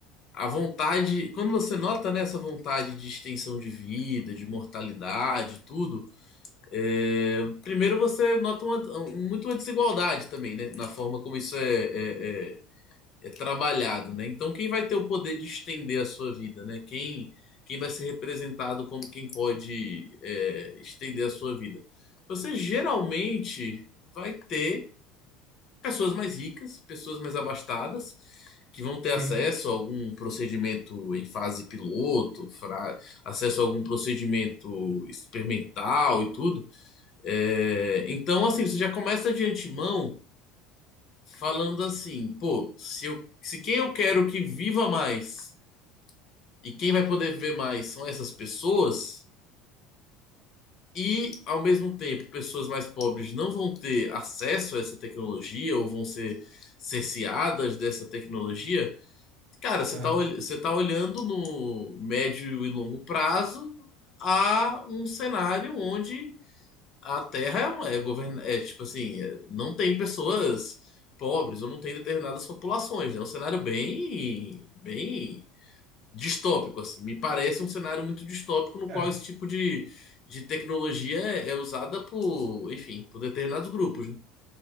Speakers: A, on the left; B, on the right.
A: a vontade. Quando você nota, né, essa vontade de extensão de vida, de mortalidade, tudo, é, primeiro você nota uma- muito uma desigualdade também, né? Na forma como isso é, é é é trabalhado, né? Então, quem vai ter o poder de estender a sua vida, né? Quem, quem vai ser representado como quem pode é, estender a sua vida? Você geralmente vai ter pessoas mais ricas, pessoas mais abastadas, que vão ter
B: Sim.
A: acesso a algum procedimento em fase piloto, fra- acesso a algum procedimento experimental e tudo. É, então, assim, você já começa de antemão falando assim, pô, se eu, se quem eu quero que viva mais e quem vai poder ver mais são essas pessoas, e ao mesmo tempo pessoas mais pobres não vão ter acesso a essa tecnologia ou vão ser cerceadas dessa tecnologia, cara, você
B: aham.
A: tá, ol- você tá olhando no médio e longo prazo a um cenário onde A Terra é, um- é, govern... é tipo assim, é, não tem pessoas pobres ou não tem determinadas populações, né? É um cenário bem, bem distópico, assim. Me parece um cenário muito distópico no
B: É.
A: qual esse tipo de, de tecnologia é, é usada por, enfim, por determinados grupos, né?